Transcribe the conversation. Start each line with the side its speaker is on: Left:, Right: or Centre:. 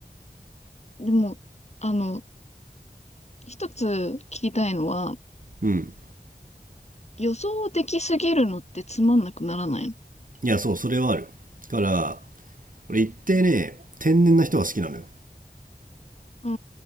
Left: でも、あの、一つ聞きたいのは、
Right: うん。
Left: 予想できすぎるのってつまんなくならないの
Right: いや、そう、それはある。だから、俺一定ね、天然な人が好きなのよ。
Left: うー